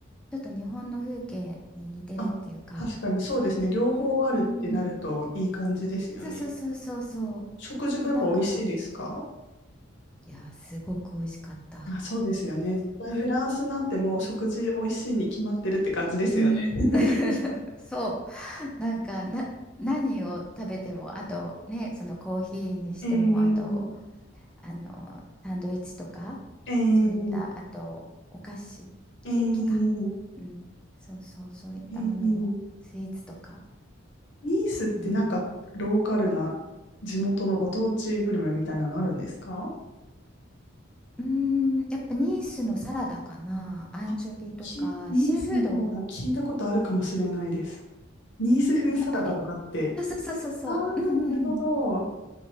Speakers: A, in the centre; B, on the left.
A: ちょっと日本の風景に似てるっていうか、
B: あ、確かにそうですね。両方あるってなるといい感じですよね。
A: うんうんうん。そうそうそうそうそう。
B: 食事もやっぱ美味しいですか
A: で、なんか、いやー、すごく美味しかった。
B: あ、そうですよね。絶対フランスなんてもう食事美味しいに決まってるって感じですよね。
A: うん。
B: <laughs>
A: <laughs> そう。なんか、な、何を食べても、あとね、そのコーヒーにしても、
B: えー、
A: あと、あの、サンドイッチとか、
B: えー、
A: そういった、あと、お菓子、
B: えー、
A: ケーキか。うん。そうそう、そういったものも、
B: えー、
A: スイーツとか。
B: ニースってなんかローカルな
A: うん。
B: 地元のご当地グルメみたいなのあるんですか
A: うーん、やっぱニースのサラダかな。アンチョビとか、
B: あ、き、ニースの方が聞いたことあるかもしれないです。
A: シーフード。
B: ニース風サラダとかって。
A: ね、あれそうそうそうそうそう。
B: ああ、
A: うんうんうん。
B: なるほど。